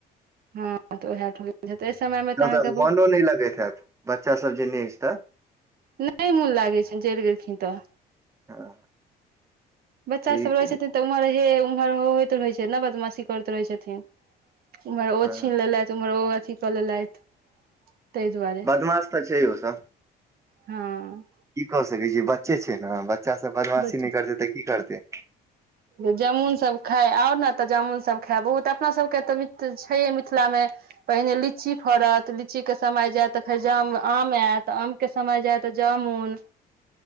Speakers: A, on the right; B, on the right.
A: हँ तऽ ओह ठ समय मे
B: त
A: अहाँके
B: तऽ मोनो नहि लगैत हत बच्चा सब जे नहि अछि तऽ
A: नइ मौन लागै छै चलि गेलखिन तऽ
B: हँ
A: बच्चा
B: ठीक
A: सब रहै
B: अइ
A: छथिन तऽ उम्हर हे उम्हर हो होय रहै छै बदमाशी करैत रहै छथिन उम्हर ओ
B: हँ
A: छीन लेलेथ उम्हर ओ अथी क लेलयथ तय दुआरे
B: बदमाश त छै ओ सब
A: हँ
B: की क सकै छी बच्चे छै ने बच्चा सब बदमाशी
A: बच्चा
B: न करतै त की करतै
A: जामुन सभ खाए आउ ने त जामुन सभ खायब बहुत अपना सभके त छयहे मिथिलामे पहिले लीची फड़त लीची के समय जायत त फेर जाम आम आयत आम के समय जाए त जामुन